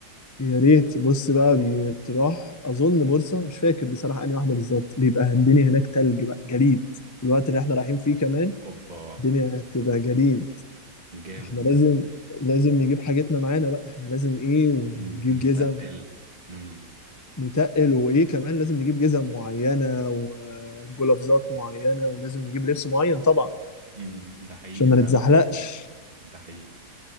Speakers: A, on the left; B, on the right.
A: يا ريت بص بقى بتروح أظن بورصة مش فاكر بصراحة أنهي واحدة بالظبط بيبقى الدنيا هناك تلج بقى جليد الوقت اللي احنا رايحين فيه كمان
B: اوبا
A: الدنيا هتبقى جليد
B: جامد
A: احنا لازم
B: ده
A: لازم نجيب حاجتنا معانا بقى احنا لازم ايه ونجيب
B: ن-
A: جزم
B: نتقل امم
A: نتقل وايه كمان لازم نجيب جزم معينة وجلافزات معينة ولازم نجيب لبس معين طبعا
B: أمم. ده حقيقي
A: عشان
B: فعلا
A: ما نتزحلقش
B: ده حقيقي